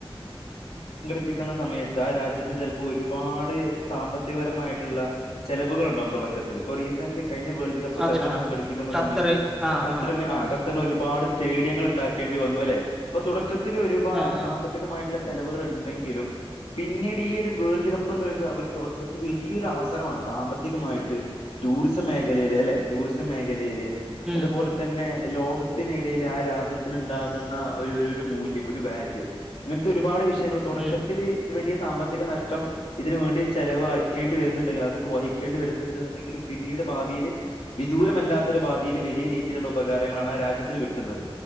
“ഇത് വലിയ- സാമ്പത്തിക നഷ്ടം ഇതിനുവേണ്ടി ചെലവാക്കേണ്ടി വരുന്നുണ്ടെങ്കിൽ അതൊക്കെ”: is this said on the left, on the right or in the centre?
Left